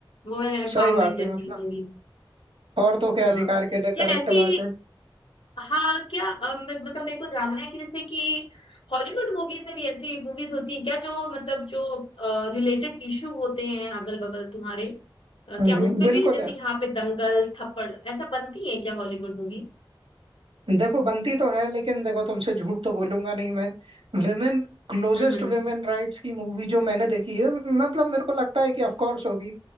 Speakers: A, on the left (about 80°); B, on the right (about 80°).
A: वुमेन एम्पावरमेंट
B: सही बात
A: जैसी
B: है मतलब
A: मूवीज
B: औरतों के अधिकार
A: हाँ
B: के लिए
A: क्या
B: करेक्ट
A: ऐसी
B: बात है
A: हाँ क्या अ, म- मतलब मेरे को जानना है कि जैसे कि हॉलीवुड मूवीज में भी ऐसी मूवीज होती हैं क्या जो मतलब जो रिलेटेड इशू होते हैं अगल बगल तुम्हारे अ,
B: हम्म
A: क्या
B: हम्म,
A: उसपे
B: बिल्कुल
A: भी जैसे
B: यार
A: यहाँ पे दंगल थप्पड़ ऐसा बनती है क्या हॉलीवुड मूवीज
B: देखो बनती तो है लेकिन देखो तुमसे झूठ तो बोलूंगा नहीं मैं विमेन क्लोजेस्ट
A: हम्म हम्म।
B: विमेन राइट्स की मूवी जो मैंने देखी है मतलब मेरे को लगता है कि ऑफ कोर्स होगी